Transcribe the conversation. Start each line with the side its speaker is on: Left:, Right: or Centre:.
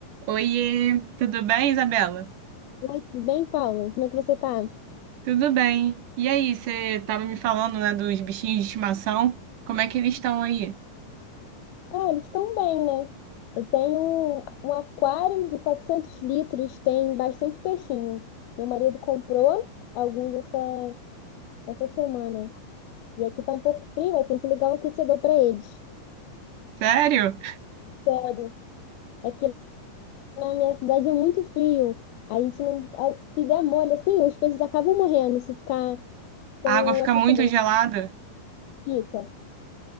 Right: Oiê, tudo bem, Isabela?
Left: Oi, tudo bem, Paulo? Como é que você tá?
Right: Tudo bem. E aí, você tava me falando, né, dos bichinhos de estimação? Como é que eles estão aí?
Left: Ah, eles estão bem, né? Eu tenho um aquário de 400 litros, tem bastante peixinho. Meu marido comprou alguns essa, essa semana. E aqui tá um pouco frio, eu tenho que ligar o aquecedor para eles.
Right: Sério?
Left: Sério, aqui na minha cidade é muito frio. A gente não. a- se der mole, assim, os peixes acabam morrendo se ficar sem
Right: A água
Left: o
Right: fica
Left: aquecedor.
Right: muito gelada?
Left: Fica.